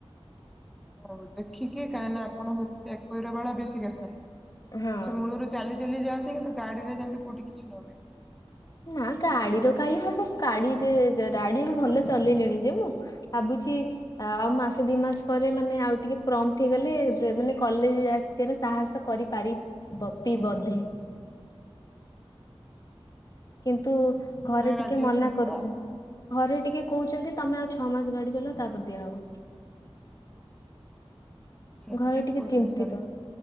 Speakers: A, in the centre; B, on the left.
A: ହଉ ଦେଖିକି, କାହିଁକି ନା ଆପଣ ହଉଛନ୍ତି ଏକୋଇର ବାଳା ବେଶୀ କେସାନଛ
B: ହଁ।
A: ମୂଳରୁ ଚାଲି ଚାଲି ଯାଆନ୍ତି କିନ୍ତୁ ଗଡି ରେ ଯେମିତି କଉଠି କିଛି ନ ହୁଏ।
B: ନା ଗାଡିର କାହିଁ ହବ ଗାଡିରେ ଗାଡି ଏ ଭଲ ଚଲେଇଲେଣି ଯେ ମୁଁ। ଭାବୁଛି ଆଉ ମାସେ ଦି ମାସ ପରେ ମାନେ ଆଉ ଟିକେ ପ୍ରମ୍ଫଟ ହେଇଗଲେ ଗଲେ ମାନେ କଲେଜ ନିଜର ସାହସ କରିପାର ବଧ ବଧେ। କିନ୍ତୁ ଘରେ
A: ରାଜି
B: ଟିକେ ମନା
A: ଅଛନ୍ତି
B: କରୁଛୁ।
A: ତ
B: ଘରେ ଟିକେ କହୁଛନ୍ତି, ତମେ ଆଉ ଛଅ ମାସ ଗାଡି ଚଲ ତାପରେ ଦିଆହବ।
A: ଆଚ୍ଛା
B: ଘରେ
A: ଠିକ
B: ଟିକେ
A: କହୁଛନ୍ତି
B: ଚିନ୍ତିତ।
A: ଘରେ